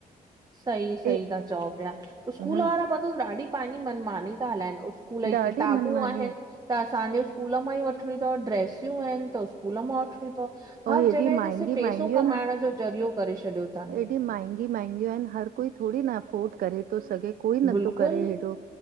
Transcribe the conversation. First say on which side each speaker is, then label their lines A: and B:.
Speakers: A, on the right; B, on the right.
A: सही सही
B: ए
A: ता चऊं पिया। स्कूल
B: ह
A: वारा पतो अथव ॾाढी पंहिंजी मनमानी था हलाइनि स्कूल जी
B: ॾाढी
A: किताबूं
B: मनमानी
A: आहिनि त असांजे स्कूल मां ई वठिणियूं अथव ड्रैसियूं आहिनि त स्कूल मां वठणी अथव हर
B: हेॾी
A: जॻहि
B: महांगी
A: ॾिस सिर्फ पैसो
B: महांगियूं
A: कमाइण जो ज़रियो करे छॾियो अथनि।
B: हेॾी महांगियूं महांगियूं आहिनि हर कोई थोरी न अफोर्ड करे थो सघे, कोई नथो
A: बिल्कुलु
B: करे हेॾो।